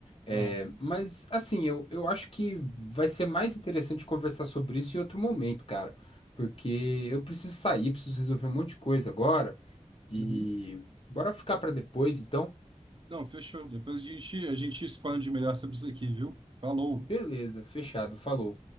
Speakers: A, on the left; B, on the right.
A: É,
B: Aham.
A: mas assim, eu, eu acho que vai ser mais interessante conversar sobre isso em outro momento, cara. Porque eu preciso sair, preciso resolver um monte de coisa agora. E
B: Uhum.
A: bora ficar pra depois, então?
B: Não, fechou. Depois a gente, a gente expande melhor sobre isso aqui, viu? Falou.
A: Beleza, fechado, falou.